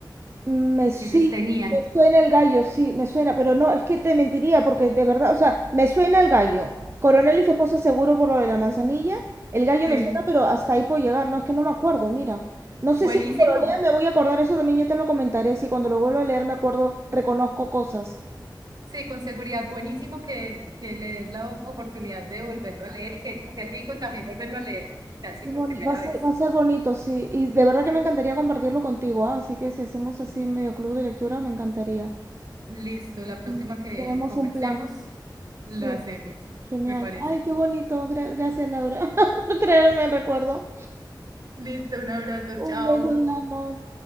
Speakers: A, on the right; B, on the right.
A: Me sí,
B: que ellos tenían.
A: me suena el gallo, sí, me suena, pero no, es que te mentiría porque de verdad, o sea, me suena el gallo. Coronel y su esposa seguro por lo de la manzanilla. El gallo
B: Sí,
A: me suena, pero hasta ahí puedo llegar. No, es que no me acuerdo, mira. No sé
B: buenísimo.
A: si cuando lo lea me voy a acordar eso también, ya te lo comentaré. Si cuando lo vuelvo a leer me acuerdo, reconozco cosas.
B: Sí, con seguridad, buenísimo que, que le des la oportunidad de volverlo a leer y que- qué rico también volverlo a leer casi
A: Qué
B: por
A: boni-
B: primera
A: Va a
B: vez.
A: ser, va a ser bonito, sí. Y de verdad que me encantaría compartirlo contigo, ¿ah? Así que si hacemos así medio club de lectura, me encantaría.
B: Listo, la próxima
A: Mm,
B: que
A: Tenemos
B: conversemos,
A: un plan.
B: lo
A: sí
B: hacemos,
A: Genial.
B: me parece.
A: Ay, qué bonito. Gra- gracias, Laura, <laughs> por traerme el recuerdo.
B: Listo, un abrazo, chao.
A: Un beso, hablamos.